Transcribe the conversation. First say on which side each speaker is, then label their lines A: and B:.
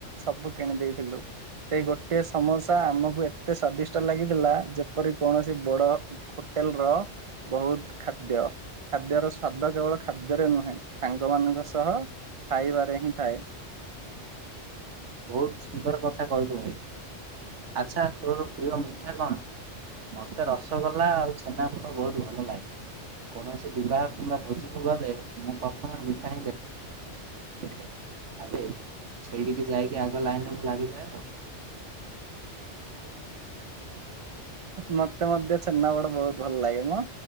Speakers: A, on the right; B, on the right.
A: ସବୁ କିଣି ଦେଇେଇଥିଲୁ। ସେଇ ଗୋଟଏ ସମୋସା ଆମକୁ ଏତେ ସ୍ଵାଦିଷ୍ଟ ଲାଗିଥିଲା ଯେପରି କୌଣସି ବଡ ହୋଟେଲ ର ବହୁତ ଖାଦ୍ୟ ଖାଦ୍ୟର ସ୍ଵାଦ କେବଳ ଖାଦ୍ୟରେ ନୁହେଁ ସାଙ୍ଗ ମାନଙ୍କ ସହ। ଖାଇବାରେ ହିଁ ଥାଏ।
B: ବହୁତ୍ ସୁନ୍ଦର କଥା କହିଲୁ ଭାଇ ଆଚ୍ଛା ତୋର ପ୍ରିୟ ମିଠା କଣ? ମତେ ରସଗୋଲା ଆଉ ଛେନା ପୋଡ଼ ବହୁତ୍ ଭଲ ଲାଗେ। କୌଣସି ବିବାହ କିମ୍ବା ଭୋଜିକୁ ଗଲେ ମୁଁ ପ୍ରଥମେ ମିଠା ହିଁ ଦେ ଦେଖେ ଆବେ ସେଇଠିକି ଯାଇକି ଆଗ ଲାଇନରେ ମୁଁ ଲାଗିଯାଏ ଆଉ।
A: ମତେ ମଧ୍ୟ ଛେନା ପୋଡ଼ ବହୁତ୍ ଭଲ ଲାଗେ ମ।